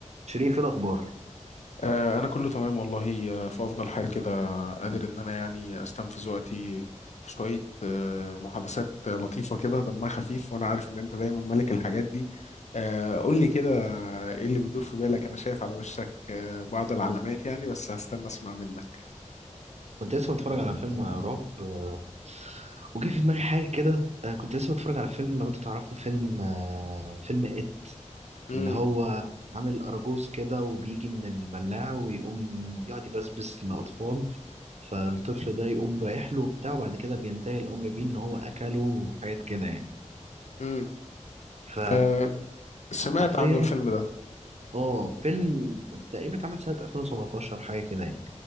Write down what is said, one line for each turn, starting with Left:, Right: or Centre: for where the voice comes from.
Right: شريف ايه الاخبار
Left: آه، أنا كله تمام والله آه، في أفضل حال كده قادر إن أنا يعني أستنفذ وقتي في شوية آه، محادثات لطيفة كده دمها خفيف وأنا عارف إن أنت دايما ملك الحاجات دي آه، قول لي كده إيه اللي بيدور في بالك أنا شايف على وشك آه، بعض العلامات يعني بس هستنى أسمع منك
Right: كنت لسه بتفرج على فيلم رعب آه، وجه في دماغي حاجه كده آه، كنت لسه بتفرج على فيلم لو انت تعرفه فيلم آه، فيلم ات
Left: امم
Right: اللي هو عامل اراجوز كده وبيجي من البلاعه ويقوم يقعد يبسبس للاطفال فالطفل ده يقوم رايح له وبتاع وبعد كده بينتهي الامر بيه ان هو اكله وحاجات كده يعني
Left: امم
Right: ف
Left: آه، سمعت
Right: حرفيا
Left: عنه الفيلم ده
Right: اه فيلم تقريبا اتعمل سنة 2017 حاجة كده يعني